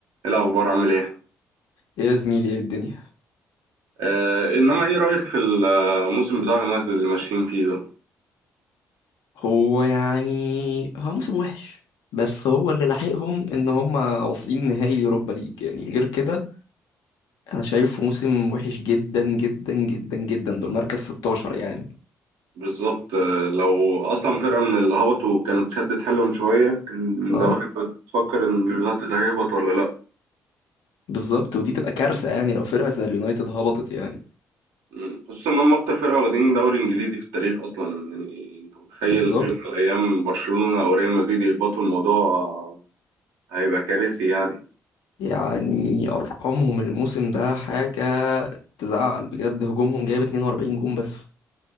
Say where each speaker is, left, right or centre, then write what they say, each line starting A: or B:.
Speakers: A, on the right; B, on the left.
A: ايه الاخبار عامل ايه
B: يا زميلي ايه الدنيا
A: آه انما ايه رايك في الموسم بتاع اليونايتد اللي ماشيين فيه ده
B: هو يعني هو موسم وحش بس هو اللي لاحقهم ان هم واصلين نهائي اليوروبا ليج يعني غير كده انا شايفه موسم وحش جدا جدا جدا جدا دول مركز 16 يعني
A: بالظبط آه لو اصلا فرقه من اللي هبطوا كانت شدت حيلهم شويه كان من
B: اه
A: زمان كنت بتفكر ان اليونايتد هيهبط ولا لا
B: بالظبط ودي تبقى كارثة يعني لو فرقة زي اليونايتد هبطت يعني
A: مم، خصوصا ان هم اكتر فرقه واخدين دوري انجليزي في التاريخ اصلا يعني انت متخيل
B: بالظبط
A: في يوم من الايام برشلونه او ريال مدريد يهبطوا الموضوع هيبقى كارثي يعني
B: يعني ارقامهم الموسم ده حاجة تزعل بجد هجومهم جايب 42 جون بس